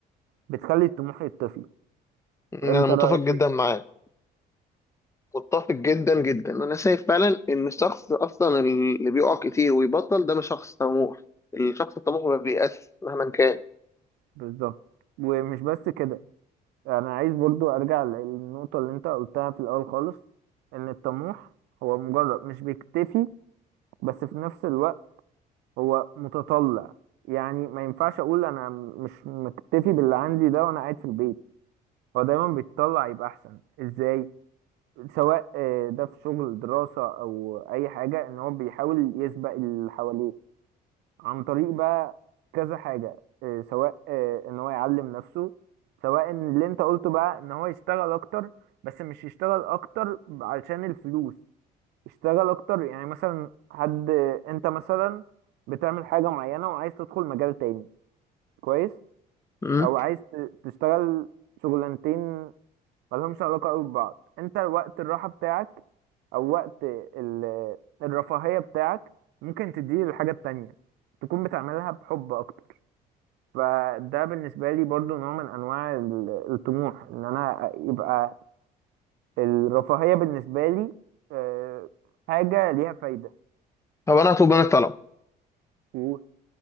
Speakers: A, on the right; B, on the left.
A: بتخلي الطموح يطفي
B: يعني
A: انت
B: انا متفق
A: رايك
B: جدا
A: ايه
B: معاك متفق جدا جدا انا شايف فعلا ان الشخص اصلا اللي بيقع كتير ويبطل ده مش شخص طموح الشخص الطموح ما بيأسش مهما كان
A: بالظبط ومش بس كده انا عايز برضو ارجع للنقطة اللي انت قلتها في الاول خالص ان الطموح هو مجرد مش بيكتفي بس في نفس الوقت هو متطلع يعني ما ينفعش اقول انا م- مش مكتفي باللي عندي ده وانا قاعد في البيت هو دايما بيتطلع يبقى احسن ازاي سواء آه، ده في شغل دراسة او اي حاجة ان هو بيحاول يسبق اللي حواليه عن طريق بقى كذا حاجة إيه، سواء إيه، ان هو يعلم نفسه سواء إن اللي انت قلته بقى ان هو يشتغل اكتر بس مش يشتغل اكتر علشان الفلوس يشتغل اكتر يعني مثلا حد انت مثلا بتعمل حاجة معينة وعايز تدخل مجال تاني كويس
B: امم
A: او عايز ت- تشتغل شغلانتين ملهمش علاقة قوي ببعض انت وقت الراحة بتاعك او وقت ال- الرفاهية بتاعك ممكن تديه للحاجة التانية تكون بتعملها بحب اكتر فده بالنسبة لي برضو نوع من أنواع ال- الطموح إن أنا يبقى الرفاهية بالنسبة لي آه، حاجة ليها فايدة
B: طب انا هطلب منك طلب
A: مم.